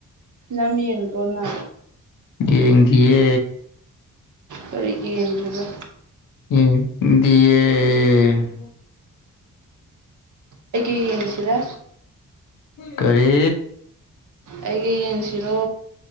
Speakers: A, on the right; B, on the left.
A: ꯂꯝ ꯌꯦꯡꯕꯣꯅ
B: ꯌꯦꯡꯒꯤꯦ
A: ꯀꯔꯤꯒꯤ ꯌꯦꯡꯗ꯭ꯔꯤꯕ
B: ꯎ ꯗꯌꯦ <inaudible>
A: ꯑꯩꯒꯤꯩ ꯌꯦꯡꯉꯤꯁꯤꯔ
B: ꯀꯔꯤ
A: ꯑꯩꯒꯤ ꯌꯦꯡꯁꯤꯔꯣ